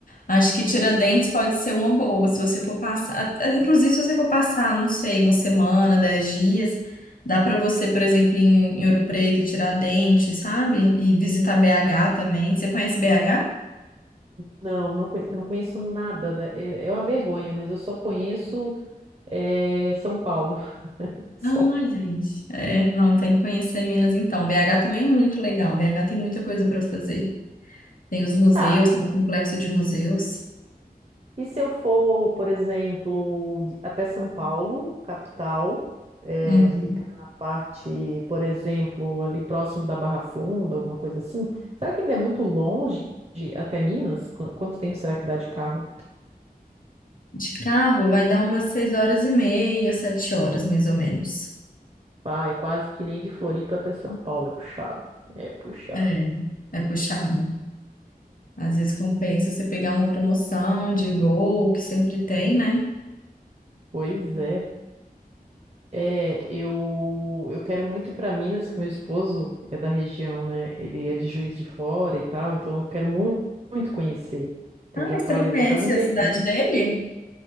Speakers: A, on the left (about 60°); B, on the right (about 40°).
A: Acho que Tiradentes pode ser uma boa, se você for passar, a- inclusive se você for passar, não sei, uma semana, dez dias, dá para você, por exemplo, ir em, em Ouro Preto e Tiradentes, sabe? E visitar BH também. Você conhece BH?
B: Não, não conheço, eu não conheço nada. da- é, é uma vergonha, mas eu só conheço é, São Paulo. <laughs> Só.
A: Ah, gente, é, não, tem que conhecer Minas então. BH também é muito legal, BH tem muita coisa para fazer. Tem os museus,
B: Tá,
A: tem o complexo de museus.
B: E se eu for, por exemplo, de- até São Paulo, capital, eh,
A: Hum.
B: ficar na parte, por exemplo, ali próximo da Barra Funda, alguma coisa assim, será que ainda é muito longe de- até Minas? Qu- Quanto tempo será que dá de carro?
A: De carro vai dar umas seis horas e meia, sete horas, mais ou menos.
B: Ah, é quase que nem de Floripa até São Paulo, é puxado. É puxado.
A: É, é puxado. Às vezes compensa você pegar uma promoção de voo, que sempre tem, né?
B: Pois é. É, eu, eu quero muito ir para Minas, que meu esposo é da região, né? Ele é de Juiz de Fora e tal, então eu quero mu- muito conhecer. Então
A: Ah,
B: já
A: e
B: faz,
A: você não conhece
B: já faz um tempinho.
A: a cidade dele? <gasps>